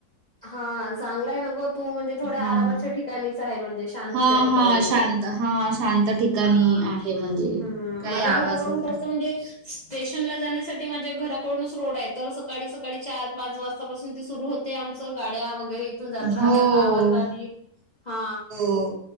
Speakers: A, on the left (about 40°); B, on the right (about 75°).
A: हा चांगलाय न गो तू म्हणजे थोड्या
B: हां.
A: आरामाच्या ठिकाणीच आहे म्हणजे. शांतीच्या
B: हां,
A: ठिकाणी
B: हां. शांत हां, शांत ठिकाणी
A: हा
B: आहे म्हणजे
A: हम्म
B: काही
A: माझ्या घराकडून
B: आवाज वगैरे
A: कस त म्हणजे. स्टेशनला जाण्यासाठी माझ्या घराकडूनच रोड आहे तर सकाळी सकाळी चार पाच वाजतापासून ते सुरू होते आमच तर गाड्या वगैरे इथून जात
B: हो,
A: राहतात आवाजने हा
B: हो.